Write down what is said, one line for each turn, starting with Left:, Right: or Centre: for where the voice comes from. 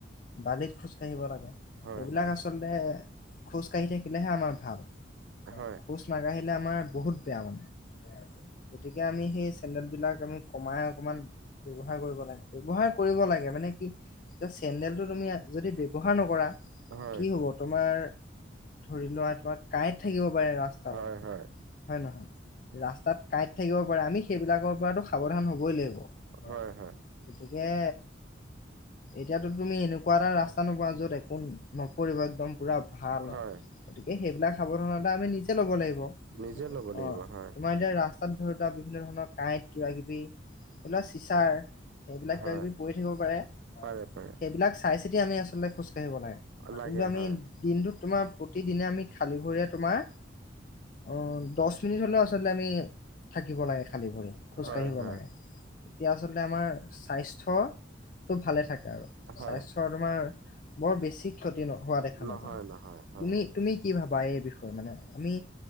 Left: বালিত খোজ কাঢ়িব লাগে,
Right: হয়
Left: এইবিলাক
Right: হয়
Left: আচলতে খোজ কাঢ়ি থাকিলেহে আমাৰ ভাল।
Right: হয়।
Left: খোজ নাকাঢ়িলে আমাৰ বহুত বেয়া মানে, বেয়া গতিকে আমি সেই চেণ্ডেল বিলাক আমি কমাই অকমান ব্যৱহাৰ কৰিব লাগে, ব্যৱহাৰ কৰিব লাগে। মানে কি এতিয়া চেণ্ডেলটো তুমি যদি ব্যৱহাৰ নকৰা,
Right: হয়
Left: কি হ'ব তোমাৰ ধৰি লোৱা তোমাৰ কাঁইত থাকিব পাৰে ৰাস্তাত,
Right: হয় হয়
Left: হয় নহয়? ৰাস্তাত কাঁইট থাকিব পাৰে, আমি সেইবিলাকৰ পৰাটো সাৱধান হ'বই লাগিব।
Right: হয় হয়
Left: গতিকে এতিয়াতো তুমি এনেকুৱা এটা ৰাস্তা নপোৱা য'ত একো নপৰিব একদম পুৰা ভাল
Right: হয়
Left: আও। গতিকে, সেইবিলাক সাৱধানতা আমি নিজে ল'ব লাগিব।
Right: নিজে ল'ব লাগিব
Left: অঁ
Right: হয়
Left: আমাৰ এতিয়া ৰাস্তাত ধৰি লোৱা বিভিন্ন ধৰণৰ কাঁইট কিবা কিবি ধৰি লোৱা চিচাৰ, সেইবিলাক
Right: হয়
Left: কিবাকিবি পৰি থাকিব পাৰে।
Right: পাৰে পাৰে
Left: সেইবিলাক চাই চিতি আমি আচলতে খোজ কাঢ়িব লাগে,
Right: লাগে
Left: কিন্তু আমি
Right: হয়
Left: দিনটোত তোমাৰ প্ৰতিদিনে আমি খালী ভৰিৰে তোমাৰ অঁ দচ মিনিট হ'লেও আছ তে আমি থাকিব লাগে খালী ভৰি, খোজ
Right: হয়
Left: কাঢ়িব
Right: হয়
Left: লাগে। তেতিয়া আচলতে আমাৰ স্বাস্থ্য টো ভালে থাকে আৰু
Right: হয়
Left: স্বাস্থ্যৰ তোমাৰ বৰ বেছি ক্ষতি ন' হোৱা দেখা
Right: নহয়
Left: নাযায়,
Right: নহয় হয়
Left: তুমি তুমি কি ভাবা এই বিষয়ে মানে আমি